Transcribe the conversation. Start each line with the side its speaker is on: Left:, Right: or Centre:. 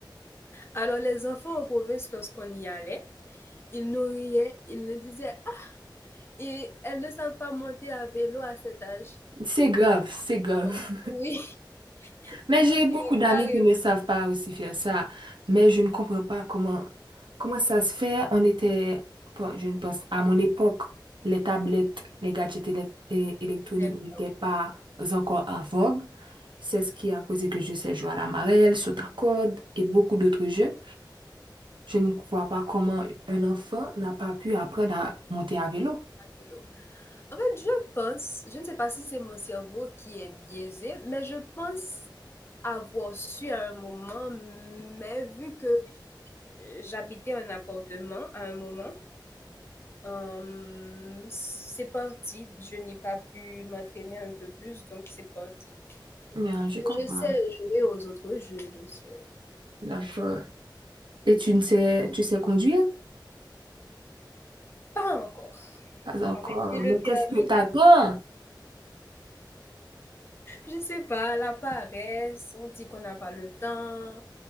Left: Alors, les enfants en province, lorsqu'on y allait, ils nous riaient, ils nous disaient Ah, et elles ne savent pas monter à vélo à cet âge.
Right: C'est
Left: Et puis,
Right: grave, c'est grave.
Left: oh, oui, <laughs>
Right: Mais
Left: ils
Right: j'ai
Left: nous riaient
Right: beaucoup d'amis
Left: carrément.
Right: qui ne savent pas aussi faire ça. Mais je ne comprends pas comment, comment ça se fait. On était, bon, je ne pense, à mon époque, les tablettes, les gadgets élec- é- électroniques
Left: Ils n'étaient pas
Right: n'étaient pas encore en vogue. C'est ce qui a causé que je sais jouer à la marelle, saut à corde et beaucoup d'autres jeux. Je ne vois pas comment un enfant n'a pas pu apprendre à monter à vélo.
Left: à vélo. En fait, je pense, je ne sais pas si c'est mon cerveau qui est biaisé, mais je pense avoir su à un moment, mais vu que j'habitais un appartement à un moment, Hem, c'est parti. Je n'ai pas pu m'entraîner un peu plus, donc c'est parti.
Right: Bien, je comprends.
Left: Bah, je sais jouer aux autres jeux, bien sûr.
Right: D'accord. Et tu ne sais, tu sais conduire?
Left: Pas encore.
Right: Pas encore.
Left: En fait, j'ai
Right: Mais
Left: le permis
Right: qu'est-ce que t'attends?
Left: là. Je sais pas, la paresse, on dit qu'on n'a pas le temps,